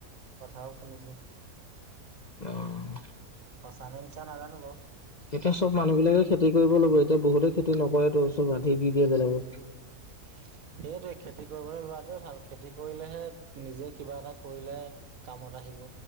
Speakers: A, on the right (about 65°); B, on the left (about 40°).
A: কথাও শুনিছোঁ।
B: অঁ!
A: সঁচা নে মিছা নাজানো বাৰু।
B: এতিয়া চব মানুহ বিলাকে খেতি কৰিব ল'ব, এতিয়া বহুতে খেতি নকৰেতো চব আধি দি দিয়ে বেলেগক।
A: <inaudible> সেইটোৱেই খেতি কৰিবলৈ লোৱাটোৱেই ভাল। খেতি কৰিলেহে নিজে কিবা এটা কৰিলেহে কামত আহিব।